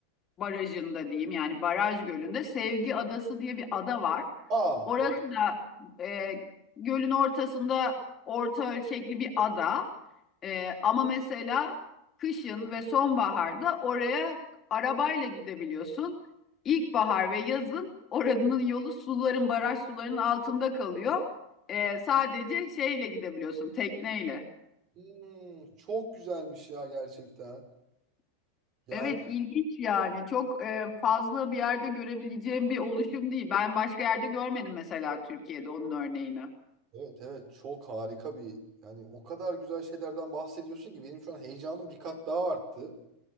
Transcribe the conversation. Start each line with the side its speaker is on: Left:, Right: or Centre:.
Left: Barajı'nda diyeyim yani Baraj Gölü'nde Sevgi Adası diye bir ada var.
Right: Aa,
Left: Orası da e, gölün ortasında orta ölçekli bir ada. E, ama mesela kışın ve sonbaharda oraya arabayla gidebiliyorsun. İlkbahar ve yazın oranın yolu suların, baraj sularının altında kalıyor. E, sadece şeyle gidebiliyorsun, tekneyle.
Right: hmm, çok güzelmiş ya gerçekten. Yani
Left: Evet ilginç yani çok e, fazla bir yerde görebileceğim bir oluşum değil. Ben başka yerde görmedim mesela Türkiye'de onun örneğini.
Right: evet evet çok harika bir yani o kadar güzel şeylerden bahsediyorsun ki benim şu an heyecanım bir kat daha arttı.